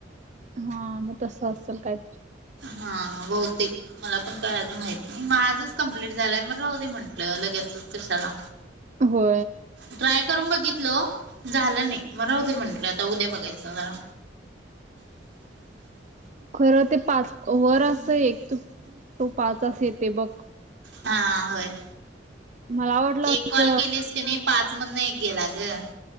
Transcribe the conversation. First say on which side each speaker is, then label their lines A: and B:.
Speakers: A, on the right; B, on the right.
A: हा म तस असेल काहीतरी.
B: हां बहुतेक. मला पण काय अजून माहित नाही मग आजच कंप्लीट झालंय मग राहू दे म्हटलं लगेच कशाला.
A: हो.
B: ट्राय करून बघितलं झालं नाही म राहु दे म्हणलं उद्या आता उद्या बघायचं जरा. ह
A: खरं ते पाच वर अस एक टू पाच अस येते बघ.
B: हा होय.
A: मला आवटलं
B: एक कॉल
A: अस.
B: केलीस की नाही पाच मधन एक गेला ग